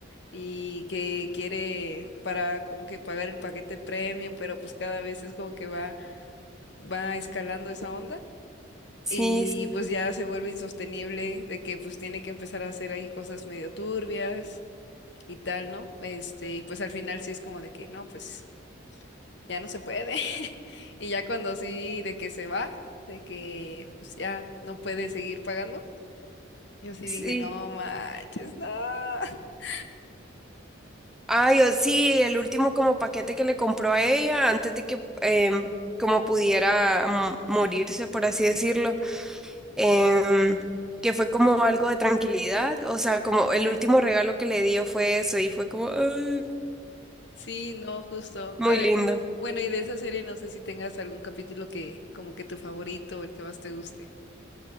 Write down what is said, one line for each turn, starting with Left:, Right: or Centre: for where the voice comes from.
Left: y que quiere para como que pagar el paquete premium, pero pues cada vez es como que va, va escalando esa onda
Centre: Sí,
Left: y
Centre: sí,
Left: pues ya se vuelve insostenible de que pues tiene que empezar a hacer ahí cosas medio turbias y tal, ¿no? Este, y pues al final sí es como de que no, pues ya no se puede. <laughs> Y ya cuando sí de que se va, de que pues ya no puede seguir pagando Yo sí
Centre: sí.
Left: dije, no manches, no. <laughs>
Centre: Ay, o sí, el último como paquete que le compró a ella antes de que em, como pudiera mm, morirse, por así decirlo, em, que fue como algo de tranquilidad, o sea, como el último regalo que le dio fue eso y fue como ay,
Left: Sí, no, justo.
Centre: muy
Left: Eh,
Centre: lindo.
Left: bueno, y de esa serie no sé si tengas algún capítulo que como que tu favorito o el que más te guste.